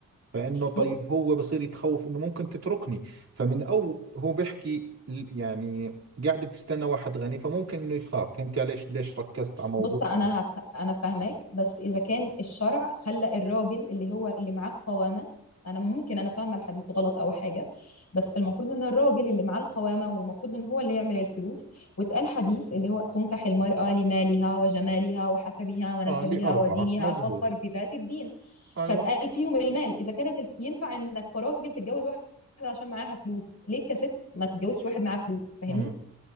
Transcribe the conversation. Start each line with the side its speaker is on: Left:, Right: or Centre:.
Right: فانه طيب
Left: بص
Right: هو بصير يتخوف انه ممكن تتركني فمن او هو بيحكي ال- يعني قاعد بتستنى واحد غني فممكن انه يخاف فهمت علي ليش ليش ركزت على موضوع
Left: بص انا هف... انا فاهماك بس اذا كان الشرع خلى الراجل اللي هو اللي معاه القوامه انا ممكن انا فاهمه الحديث غلط او حاجه بس المفروض ان الراجل اللي معاه القوامه والمفروض ان هو اللي يعمل الفلوس واتقال حديث اللي هو تنكح المرأة لمالها وجمالها وحسبها ونسبها
Right: اه لأربعة
Left: ودينها
Right: مزبوط
Left: فاظفر بذات الدين
Right: أيوة
Left: فاتقال فيهم المال اذا كانت الف... ينفع انك كراجل تتجوز واحده عشان معاها فلوس ليه كست ما تتجوزش واحد معاه فلوس فاهمني
Right: امم